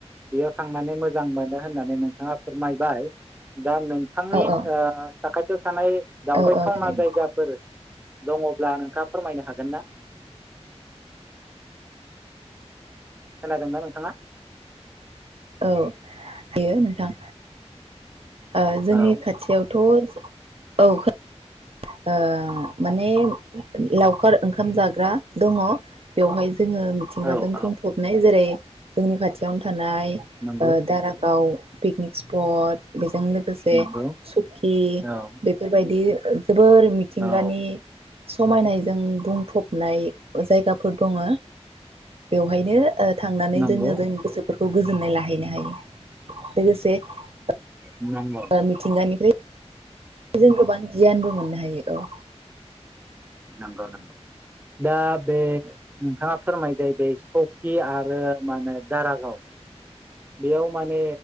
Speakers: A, on the right (about 15°); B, on the right (about 60°).
A: बेयाव थांनानै मोजां मोनो होननानै नोंथाङा फोरमायबाय। दा नोंथांनि
B: औ औ
A: ओ <unintelligible> थानाय दावबायथावना
B: औ औ थारैनो
A: जायगाफोर दङब्ला नोंथाङा फोरमायनो हागोनना? खोनादोंना नोंथाङा?
B: औ हायो नोंथां ओ जोंनि
A: औ
B: खाथियावथ' औ खो ओ माने लाव खार ओंखाम जाग्रा दङ बेवहाय जोङो मिथिंगाजों
A: औ
B: बुंफबनाय
A: औ
B: जेरै जोंनि खाथियावनो था थानाय
A: नंगौ
B: ओ दारागाव पिकनिक स्पट बे जों लोगोसे
A: नंगौ
B: सुकि
A: औ
B: बेफोरबायदि औ जोबोर मिथिंगानि
A: औ
B: समायनायजों बुंफबनाय जायगाफोर दङ बेवहायनो- ओ थांनानै
A: नंगौ
B: जोङो जोंनि गोसोफोर खौ गोजोननाय लाहैनो हायो लोगोसे ओ
A: नंगौ
B: मिथिंगानिफ्राय बेजों गोबां गियानबो मोननो हायो औ
A: नंगौ नंगौ दा बे नोंथाङा फोरमाय बाय बाय सकि आरो मा होनो दारागाव बेयाव माने